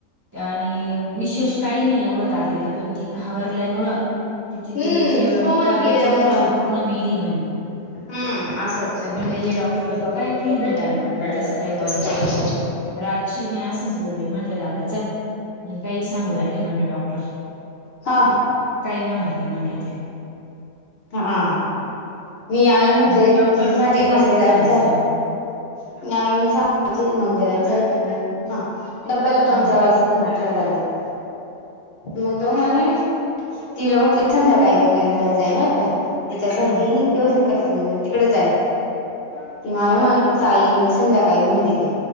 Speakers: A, on the right; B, on the left.
A: आणि विशेष काही नाही एवढं लागलेलं, पण की घाबरल्यामुळं. तिची
B: हम्म
A: त जे
B: ती कोमात
A: जगायची
B: गेल्यामुळं
A: इच्छा पूर्ण मेली म्हणे.
B: हम्म असंच
A: पण म्हणलं हे डॉक्टर
B: डॉक्टरला
A: लोक काय, फिल्मी
B: तो इथून
A: डायलॉग
B: मिळायला
A: म्हण जसं काही बोलातय
B: तसं काय बरं.
A: मीर. रातशी मी असंच बोलले म्हटलं, दादा चल मी काही सांगू राहिले म्हणलं डॉक्टर.
B: हा.
A: काही होणार नाही म्हणटलं तिला.
B: हा मी यावेला म्हटले
A: पण ते डॉक्टर
B: तिच्यासाठी
A: म्हंटले
B: मंदिरात
A: तसच झालं
B: जा आहे.
A: सगळं
B: जान मी स मंदिरातचा तू हा डब्याला
A: ह
B: पण जेवायच. क्ष झाला. <unintelligible> मग तो म्हणे तीला म्हटलं, संध्याकाळी तू केंद्रात जाय बर. का तिच्यासाठी
A: हम्म
B: किंवा शंकराच म्हणजे तिकडेच आहे. ती मला म्हणे चाईल, मी संध्याकाळी म्हणे ती.